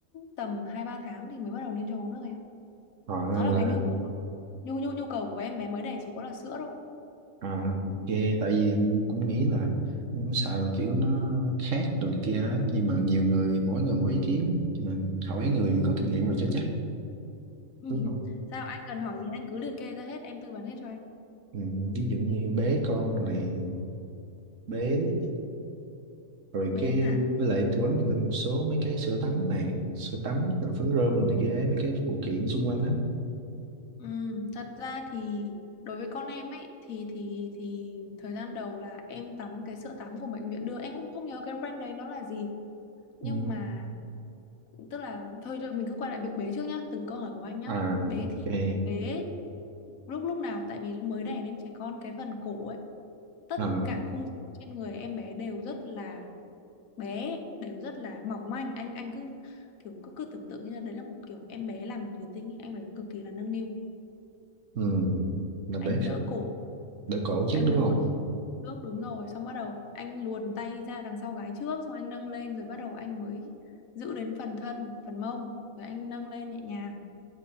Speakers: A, on the left; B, on the right.
A: tầm hai ba tháng thì mới bắt đầu nên cho uống nước em
B: họ là
A: nó là cái nhu nhu nhu nhu cầu của em bé mới đẻ chỉ có là sữa
B: à, ok tại vì anh cũng nghĩ là cũng sợ là kiểu nó khác đồ này kia á. nhưng mà nhiều người mỗi người mỗi ý kiến nhưng mà hỏi người có kinh nghiệm rồi cho chắc
A: <laughs>
B: đúng không
A: Sao anh cần hỏi gì anh cứ liệt kê ra hết em tư vấn hết cho anh.
B: ừ, ví dụ như bế con đồ này bế rồi
A: Bé
B: cái
A: hả?
B: với lại tư vấn cho mình một số mấy cái sữa tắm này sữa tắm rồi phấn rôm rồi này kia ấy, mấy cái phụ kiện xung quanh á
A: Ừ, thật ra thì đối với con em ấy thì thì thì thời gian đầu là em tắm cái sữa tắm của bệnh viện đưa em cũng không nhớ cái brand đấy nó là gì nhưng
B: ừ.
A: mà tức là thôi thôi mình cứ quay lại việc bé trước nhá từng câu hỏi của anh nhá
B: à
A: bé thì
B: ok
A: bé lúc lúc nào tại vì mới đẻ nên trẻ con cái phần cổ ấy tất
B: à,
A: cả khung xương trên người em bé đều rất là bé đều rất là mỏng manh anh anh cứ kiểu cứ cứ tưởng tượng như là đấy là một kiểu em bé làm bằng thủy tinh ý. anh phải cực kỳ là nâng niu
B: ừ. là bế
A: anh đỡ cổ
B: đỡ cổ chứ
A: anh
B: đúng
A: đỡ
B: không
A: trước đúng rồi xong bắt đầu anh luồn tay ra đằng sau gái trước xong anh nâng lên rồi bắt đầu anh mới giữ đến phần thân phần mông rồi anh nâng lên nhẹ nhàng